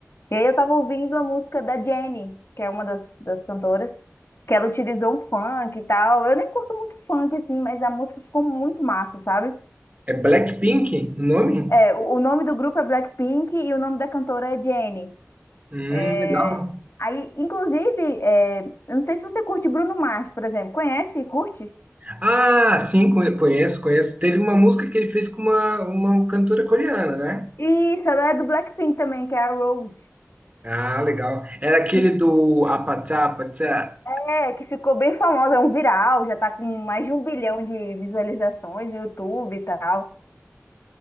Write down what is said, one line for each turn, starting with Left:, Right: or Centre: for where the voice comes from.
Left: E aí eu tava ouvindo a música da Jennie, que é uma das, das cantoras, que ela utilizou um funk e tal. Eu nem curto muito funk, assim, mas a música ficou muito massa, sabe?
Right: É Blackpink o nome?
Left: É, o o nome do grupo é Blackpink e o nome da cantora é Jennie.
Right: Hum,
Left: É,
Right: legal.
Left: aí, inclusive, é, eu não sei se você curte Bruno Mars, por exemplo. Conhece e curte?
Right: Ah, sim, conhe- conheço, conheço. Teve uma música que ele fez com uma, uma cantora coreana, né?
Left: Isso, ela é do Blackpink também, que é a Rose.
Right: Ah, legal. Era aquele
Left: Que ficou,
Right: do Apatá, Apatá.
Left: é, que ficou bem famosa, é um viral, já tá com mais de um bilhão de visualizações no YouTube e tal.